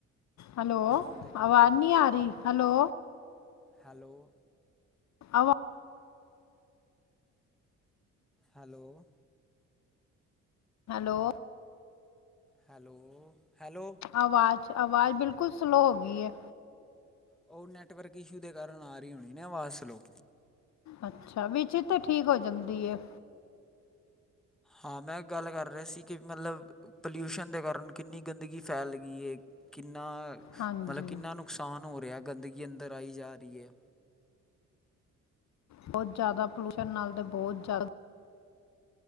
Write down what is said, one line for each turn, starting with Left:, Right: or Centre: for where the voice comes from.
Left: ਹੈਲੋ
Centre: ਉਹਦੇ ਕਰਕੇ
Left: ਆਵਾਜ਼ ਨਹੀ ਆ ਰਹੀ ਹੈਲੋ
Centre: ਹੈਲੋ-
Left: ਆਵਾ
Centre: ਹੈਲੋ-
Left: ਹੈਲੋ-
Centre: ਹੈਲੋ ਹੈਲੋ
Left: ਆਵਾਜ਼ ਆਵਾਜ਼ ਬਿਲਕੁਲ ਸਲੋਅ ਹੋ ਗਈ ਹੈ।
Centre: ਉਹ ਨੈੱਟਵਰਕ ਇਸ਼ੂ ਦੇ ਕਾਰਨ ਆ ਰਹੀ ਹੋਣੀ ਨਾ ਆਵਾਜ਼ ਸਲੋ।
Left: ਅੱਛਾ ਵਿਚ ਠੀਕ ਹੋ ਜਾਂਦੀ ਹੇ।
Centre: ਹਾਂ ਮੈਂ ਗੱਲ ਕਰ ਰਿਹਾ ਸੀ ਕਿ ਮਤਲਬ ਪੋਲਿਊਸ਼ਨ ਦੇ ਕਾਰਨ ਕਿੰਨੀ ਗੰਦਗੀ ਫੈਲ ਗਈ ਹੈ। ਕਿੰਨ ਕਿੰਨਾ
Left: ਹਾਂਜੀ
Centre: ਮਤਲਬ ਕਿੰਨਾ ਨੁਕਸਾਨ ਹੋ ਰਿਹਾਹੇ। - ਗੰਦਗੀ ਅੰਦਰ ਆਈ ਜਾ ਰਹੀ ਹੈ
Left: ਬਹੁਤ ਜ਼ਿਆਦਾ ਪੋਲਿਊਸ਼ਨ ਨਾਲ ਤੇ ਬਹੁਤ ਜ਼ਿਆਦਾ